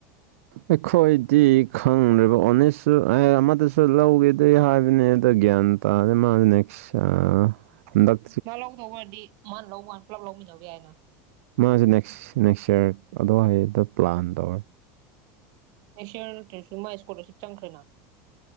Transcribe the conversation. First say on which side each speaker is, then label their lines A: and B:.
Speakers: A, on the right (about 80°); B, on the right (about 60°).
A: ꯑꯩꯈꯣꯏꯗꯤ ꯈꯪꯗꯦꯕ ꯑꯣꯅꯦꯁꯁꯨ ꯑꯃꯗꯁꯨ ꯂꯧꯒꯦꯗꯦ ꯍꯥꯏꯕꯅꯤ ꯑꯗ ꯒ꯭ꯌꯥꯟ ꯇꯗꯦ ꯃꯥꯅ ꯅꯦꯛꯁ ꯑꯥ ꯍꯟꯗꯛ
B: ꯃꯥ ꯂꯧꯗꯧꯕ ꯑꯣꯏꯔꯗꯤ ꯃꯥꯅ ꯂꯧꯕꯀꯟꯗ ꯄꯨꯂꯞ ꯂꯧꯃꯤꯟꯅꯕ ꯌꯥꯏꯅ
A: ꯃꯥꯖꯦ ꯅꯦꯛꯁ ꯅꯦꯛꯁ ꯌꯔ ꯑꯗꯨꯋꯥꯏꯗ ꯄ꯭ꯂꯥꯟ ꯇꯧꯔ
B: ꯑꯦꯁꯤꯌꯥꯟ ꯅꯠꯇ꯭ꯔꯁꯨ ꯃꯥꯥꯏ ꯏꯁꯀꯣꯂꯔꯁꯤꯞ ꯆꯪꯈ꯭ꯔꯦꯅ